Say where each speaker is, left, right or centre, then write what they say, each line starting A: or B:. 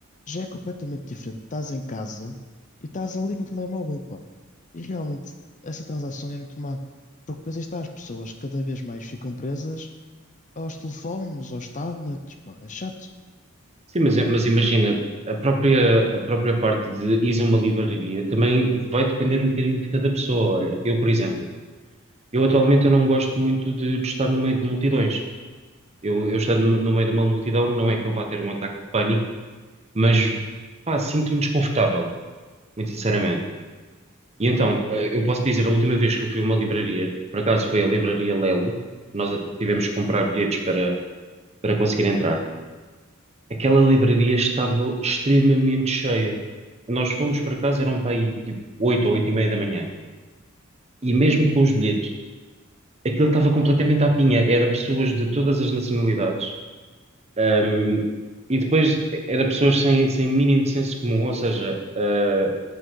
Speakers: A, on the left; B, on the right.
A: já é completamente diferente. Estás em casa e estás ali no telemóvel, pá. E realmente essa transação é muito má. Porque depois aí está, as pessoas cada vez mais ficam presas aos telefones, aos tablets, pá. É chato.
B: Sim, mas, é- mas imagina, a própria, a própria parte de ir a uma livraria também vai depender um bocadinho de cada pessoa. Olha, eu, por exemplo, eu atualmente eu não gosto muito de, de estar no meio de multidões. Eu, eu estando no no meio de uma multidão, não é que eu vá ter um ataque de pânico, mas pá, sinto-me desconfortável, muito sinceramente. E então, eh, eu posso dizer, a última vez que eu fui a uma livraria, por acaso foi a livraria Lelo, nós até tivemos que comprar bilhetes para, para conseguir entrar. aquela livraria estava extremamente cheia. Nós fomos para casa, eram para aí tipo 8 ou 8 e meia da manhã. E mesmo com os bilhetes, aquilo estava completamente à pinha. Era pessoas de todas as nacionalidades. ahm, e depois era pessoas sem, sem mínimo de senso comum. Ou seja, ah,